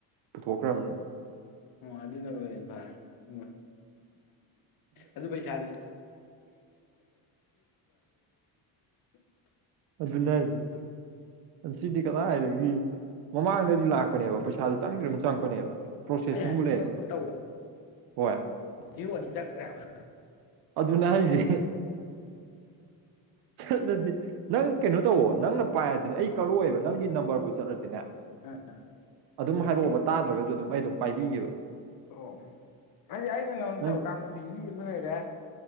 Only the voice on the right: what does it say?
ꯄꯨꯊꯣꯛꯈ꯭ꯔꯝꯅꯤ
ꯑꯗꯨꯅꯦ ꯍꯥꯏꯖꯦ ꯁꯤꯗꯤ ꯀꯗꯥꯏꯗꯒꯤ ꯃꯃꯥꯡꯗꯗꯤ ꯂꯥꯛꯄꯅꯦꯕ ꯄꯩꯁꯥꯥꯖꯦ ꯆꯪꯗꯤ ꯑꯗꯨꯝ ꯆꯪꯉꯛꯄꯅꯦꯕ ꯄ꯭ꯔꯣꯁꯦꯁꯤꯡꯕꯨ
ꯂꯩꯔꯗꯤ
ꯍꯣꯏ
ꯑꯗꯨꯅ ꯍꯥꯏꯖꯦ ꯆꯠꯂꯗꯤ ꯅꯪ ꯀꯩꯅꯣ ꯇꯧꯑꯣ ꯅꯪꯅ ꯄꯥꯏꯔꯗꯤꯅꯦ ꯑꯩ ꯀꯛꯂꯛꯑꯣꯏꯕ ꯅꯪꯒꯤ ꯅꯝꯕꯔꯕꯨ ꯆꯠꯂꯗꯤꯅꯦ
ꯑꯗꯨꯝ ꯍꯥꯏꯔꯣꯕ ꯇꯥꯗ꯭ꯔꯒꯖꯨ ꯑꯗꯨꯝ ꯑꯩ ꯑꯗꯨꯝ ꯄꯥꯏꯕꯤꯒꯦꯕ
ꯅꯪ